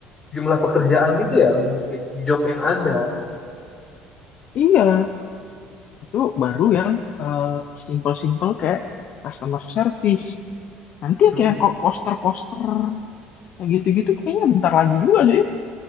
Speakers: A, on the left (about 15°); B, on the left (about 45°).
A: jumlah pekerjaan gitu ya, mengikis job yang ada.
B: Iya, itu baru yang eh, simple-simple kayak customer service. Nanti ya
A: Hmm.
B: kayak
A: hmm.
B: kok poster-poster Yang gitu-gitu kayaknya bentar lagi juga sih.